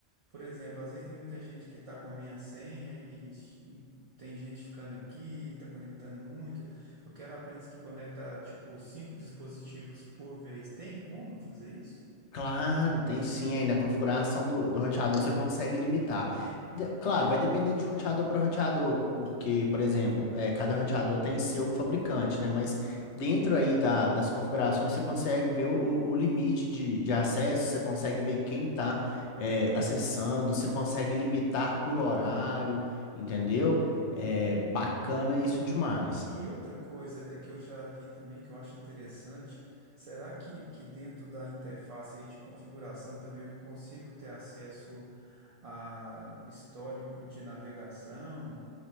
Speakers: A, on the right; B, on the left.
A: Por exemplo, às vezes tem muita gente que está com a minha senha e, e tem gente ficando aqui, está conectando muito. Eu quero apenas que conecta tipo cinco dispositivos por vez. Tem como eu fazer isso?
B: Claro, tem sim aí na configuração do, do roteador você consegue limitar. De- claro, vai depender de roteador para roteador, porque, por exemplo, é, cada roteador tem seu fabricante, né? Mas dentro aí da- das configurações você consegue ver o, o- o limite de, de acesso, você consegue ver quem está acessando, você consegue limitar por horário, entendeu? É bacana isso demais.
A: E outra coisa é que eu já vi também que eu acho interessante, será que, que dentro da interface aí de configuração também eu consigo ter acesso a histórico de navegação,